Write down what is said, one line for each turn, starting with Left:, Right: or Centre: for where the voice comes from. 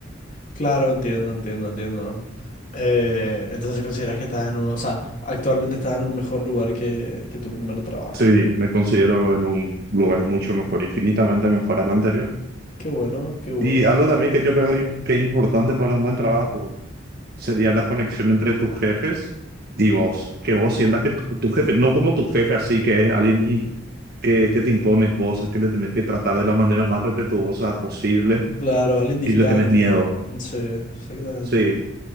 Left: Claro, entiendo, entiendo, entiendo. Eh, entonces consideras que estás en un, o sea, actualmente estás en un mejor lugar que, que tu primer trabajo.
Right: Sí, me considero en un lugar mucho mejor, infinitamente mejor al anterior
Left: Qué bueno, qué bueno.
Right: Y algo también que yo creo im- que es importante para un buen trabajo sería la conexión entre tus jefes y vos. Que vos sientas que tu, tu jefe, no como tu jefe así, que es alguien y- que, que te impone cosas, que le tenés que tratar de la manera más respetuosa posible
Left: Claro, alguien
Right: y
Left: distante,
Right: le tenés miedo.
Left: ¿no? Sí, exactamente.
Right: Sí,